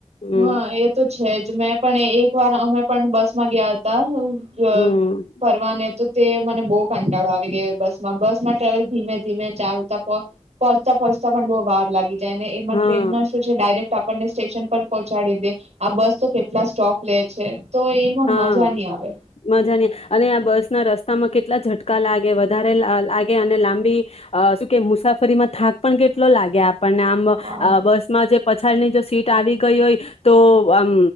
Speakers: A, on the left; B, on the right.
A: હમ
B: હ એ તો છે જ મેં પણ એક વાર અમે પણ બસ માં ગયા તા <inaudible> ગ
A: હમ
B: ફરવાને તો તે મને બો કંટાળો આવી ગયો બસમાં બસ માં ટ્રાવેલ ધીમે ધીમે ચાલતા પોંચતા પોંચતા પણ બો વાર લાગી જાય ને
A: હા
B: ટ્રેનમાં શું છે ડાયરેક્ટ આપ આપણને સ્ટેશન પર પહોંચાડી દે આ બસ તો કેટલા સ્ટોપ લે છે. તો એમાં
A: હા
B: મજા નહી આવે
A: મજાની અને આ બસ ના રસ સ્તામાં કેટલા ઝટકા લાગે વધારે લાગે અને લાંબી અ શું કે મુસાફરીમાં થાક પણ કેટલો લાગે આપ પણને આમ અ
B: હા
A: બસ માં જે પછી પછાળ ની જો સીટ આવી ગઈ હોય તો આમ